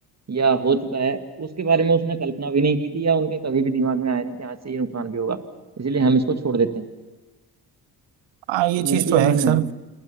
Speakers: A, on the right; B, on the right.
A: या हो चुका है उसके बारे में उसने कल्पना भी नहीं की थी या उनके कभी भी दिमाग में आया नहीं कि हाँ इससे ये नुकसान भी होगा इसलिए हम इसको छोड़ देते हैं
B: हाँ ये
A: तो
B: चीज़
A: मेरा भी
B: तो
A: ये
B: है
A: मानना
B: सर
A: है